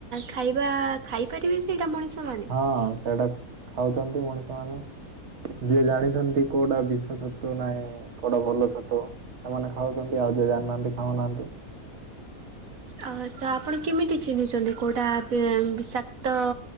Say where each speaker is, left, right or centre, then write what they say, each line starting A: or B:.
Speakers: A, on the right (about 70°); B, on the right (about 50°).
A: ଖାଇବା ଖାଇପାରିବେ ସେଇଟା ମଣିଷ? ମାନେ?
B: ହଁ ସେଇଟା ଖାଉଛନ୍ତି ମଣିଷ ମାନେ ଯିଏ ଜାଣିଛନ୍ତି କୋଉଟା ବିଷ ଛତୁ ନାହିଁ। କଉଟା ଭଲ ଛତୁ ସେମାନେ ଖାଉଛନ୍ତି ଆଉ ଯଦି ଜାଣିନାହାନ୍ତି ଖାଉନାହାନ୍ତି।
A: ଅ ତ ଆପଣ କେମିତି ଚିହ୍ନିଛନ୍ତି କୋଉଟା ବିଷାକ୍ତ